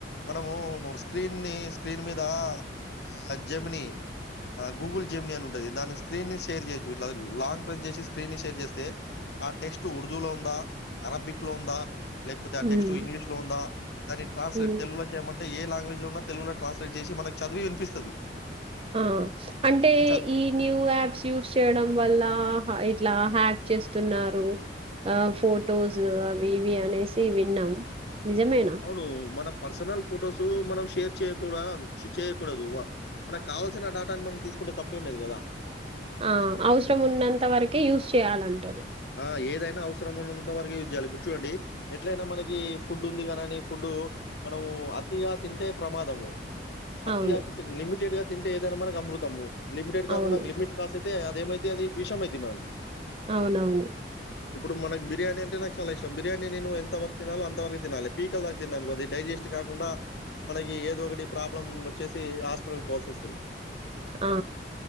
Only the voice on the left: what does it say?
మనము స్క్రీన్ ని స్క్రీన్ మీద ఆ జెమిని ఆ గూగుల్ జేమ్ని అని ఉంటుది దాన్ని స్క్రీన్ ని షేర్ చేయచ్చు ఇట్ లాంగ్ ప్రై చేసి స్క్రీన్ ని షేర్ చేస్తే ఆ టెక్స్ట్ ఉర్దూ లో ఉందా అరబిక్ లో ఉందా లేకపోతే ఆ
టెక్స్ట్ ఇంగ్లీష్ లో ఉందా దాన్ని ట్రాన్స్లేట్
తెలుగులో చేయమంటే ఏ లాంగ్వేజ్ లో ఉన్నా తెలుగులో ట్రాన్స్లేట్ చేసి మనకు చదివి వినిపిస్తది
మనం చ
అవును మనమ్ పర్సనల్ ఫొటోస్ మనం షేర్ చేయకూడ చేయకూడదు మనకు కావల్సిన డాటాని మనం తీసు ఇప్పుంటే తప్పు ఏం లేదు కదా
ఆ ఏదైనా అవసరం ఉన్నంత వరకు యూస్ చేయాలి ఇప్పుడు చూడండి ఎట్లయినా మనకి ఫుడ్ ఉంది కానిని ఫుడ్ ఇప్పుడు మనము అతిగా తింటే ప్రమాదము అతిగా
తిన్ లిమిటెడ్ గా తింటే ఏదైనా మనకి అమ్రుతాము లిమిటెడ్ గాకుండా
లిమిట్ క్రాస్ అయితే దేమైంది అది విషం అయింది మాకు
ఇప్పుడు మనకు బిర్యానీ అంటే నాకు చాలా ఇష్టం బిర్యానీ నేను ఎంతవరకు తినాలో అంతరకు తినాలి పీకలుదాక తిన్నా అనుకో అది డైజస్ట్ కాకుండా మనకి ఏదో ఒకటి ప్రాబ్లం వచ్చేసి హాస్పిటల్ పోవాల్సి వస్తది